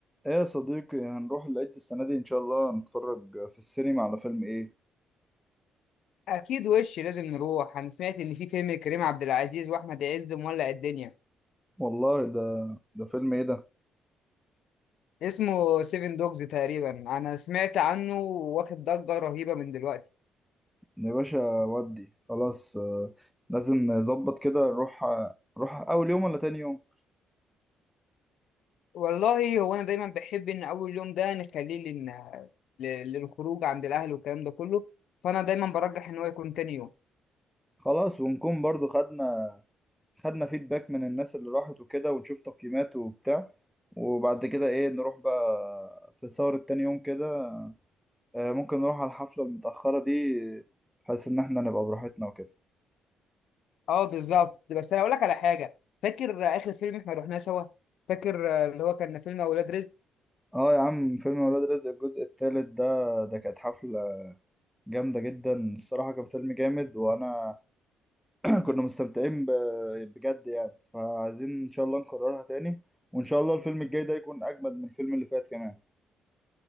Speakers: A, in the centre; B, on the left.
A: ايه يا صديقي هنروح العيد السنة دي إن شاء الله نتفرج في السينما على فيلم إيه؟
B: اكيد وش لازم نروح انا سمعت ان في فيلم كريم عبد العزيز واحمد عز مولع الدنيا
A: والله ده ده فيلم إيه ده؟
B: اسمه سيفن دوجز تقريبا انا سمعت عنه واخد ضجة رهيبة من دلوقتي
A: يا باشا ودي خلاص آه، لازم نظبط كده نروح نروح أول يوم ولا تاني يوم؟
B: والله هو انا دايما بحب ان اول يوم ده نخليه لن... ل- للخروج عند الاهل والكلام ده كله فانا دايما برجح ان هو يكون تاني يوم
A: خلاص ونكون برضو خدنا خدنا فيدباك من الناس اللي راحت وكده ونشوف تقييمات وبتاع وبعد كده إيه نروح بقى في سهرة تاني يوم كده آه، ممكن نروح على الحفلة المتأخرة دي بحيث إن إحنا نبقى براحتنا وكده.
B: اه بالظبط بس انا اقول لك على حاجة فاكر اخر فيلم احنا رحناه سوا فاكر آه، اللي هو كان فيلم اولاد رزق
A: اه يا عم فيلم ولاد رزق الجزء الثالث ده ده كانت حفلة جامدة جدا الصراحة كان فيلم جامد وانا <clears throat> كنا مستمتعين ب- بجد يعني فعايزين ان شاء الله نكررها تاني وان شاء الله الفيلم الجاي ده يكون اجمد من الفيلم اللي فات كمان <laughs>